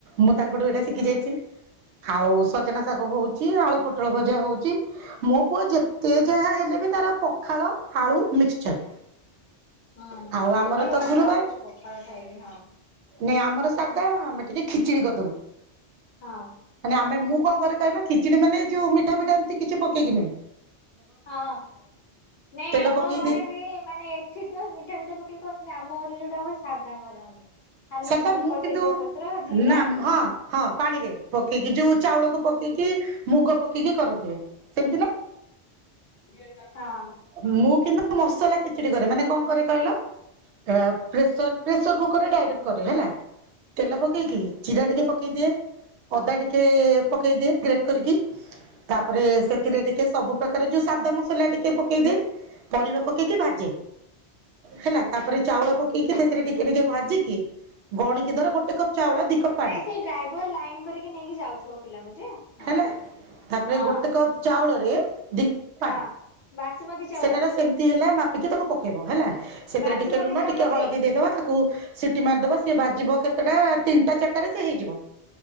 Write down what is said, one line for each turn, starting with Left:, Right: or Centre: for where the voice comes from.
Right: ମୁଁ ତାଙ୍କଠୁ ଏଇଟା ଶିଖି
Left: ହଁ।
Right: ଯାଇଛି। ଆଉ ସଜନା ଶାଗ ହଉଛି, ଆଳୁ ପୋଟଳ ଭଜା ହଉଛି ମୋ ପୁଅ ଯେତେ ଯାହା ହେଲେ ବି ତାର ପଖାଳ, ଆଳୁ, ମିକ୍ସଚର।
Left: ହଁ
Right: ଆଉ
Left: ହୁଁ
Right: ଆମର
Left: ମୁଁ ଭି
Right: ତ
Left: ଏଇନା
Right: ଗୁରୁବାର
Left: ଭାବୁଛି ପଖାଳ ଖାଇବି ହଁ।
Right: ନାଇଁ ଆମର ସାଧା ଆମେ ଟିକେ ଖିଚିଡି କରିଦବୁ।
Left: ହଁ।
Right: ମାନେ ଆମେ ମୁଁ କଣ କରେ କହିଲ ନା ଖିଚିଡି ମାନେ ଯୋଉ ମିଠା ଫିଟା ଏମିତି କିଛି ପକେଇକି ନୁହଁ।
Left: ହଁ ନାଇଁ
Right: ତେଲ
Left: ଆମ
Right: ପକେଇ
Left: ଘରେ
Right: ଦେଇ
Left: ବି ମାନେ ଏଠି ମିଠା ଫିଠା ପକେଇ କରନ୍ତି ଆମ ଘରେ ଯୋଉଟା ହୁଏ ସାଧା କରନ୍ତି। ଖାଲି
Right: ସଦା
Left: ଛୁଙ୍କ
Right: ମୁଁ କିନ୍ତୁ
Left: ତେଜପତ୍ର ଜିରା
Right: ନା-ହଁ-ହଁ ପାଣିରେ ପକେଇକି ଯୋଉ ଚାଉଳକୁ ପକେଇ ପକେଇକି ମୁଗ ପକେଇକି କରନ୍ତିି ସେମିତି ନା?
Left: ହଁ।
Right: ମୁଁ କିନ୍ତୁ ମସଲା ଖିଚୁଡି କରେ ମାନେ କଣ କରେ କହିଲ? ପ୍ରେସର ପ୍ରେସର କୁକରରେ ଡାଇରେକ୍ଟ କରେ ହେଲା। ତେଲ ପକେଇକି ଜିରା ଟିକେ ପକେଇଦିଏ ଅଦା ଟିକେ ପକେଇଦିଏ ଗ୍ରେଡ କରିକି। ତାପରେ ସେଥିରେ ଟିକେ ସବୁ ପ୍ରକାର ଯୋଉ ସାଦା ମସଲା ଟିକେ ପକେଇ ଦିଏ ପରିବା ପକେଇକି ଭାଜେ। ହେଲା ତାପରେ ଚାଉଳ ପକେଇକି ସେଥିରେ ଟିକେ ଟିକେ ଭାଜିକି ଗଣିକି ଧର ଗୋଟେ କପ୍ ଚାଉଳ ଦି କପ୍ ପାଣି।
Left: ନାଇଁ ସେଇ ଲାଇନ କରିକି ନେଇକି ଯାଉଥିବ ପିଲାଙ୍କୁ ଯେ ହ
Right: ହେଲା। ତାପରେ
Left: ହଁ।
Right: ଗୋଟେ କପ୍ ଚାଉଳରେ ଦି କପ୍
Left: ହଁ।
Right: ପାଣି।
Left: ବାସୁମତୀ ଚାଉଳ
Right: ସେଟାର ସେମିତି ହେଲା ମାପିକି ତାକୁ ପକେଇବ ହେଲା। ସେଥିରେ
Left: ବାସୁମତୀ
Right: ଟିକେ ଲୁଣ
Left: ଚାଉଳ
Right: ଟିକେ ହଳଦୀ
Left: ଟି?
Right: ଦେଇଦବା ତାକୁ ସିଟି ମାରିଦବ ସିଏ ବାଜିବ କେତେଟା ତିନିଟା ଚାରିଟାରେ ସେ ହେଇଯିବ।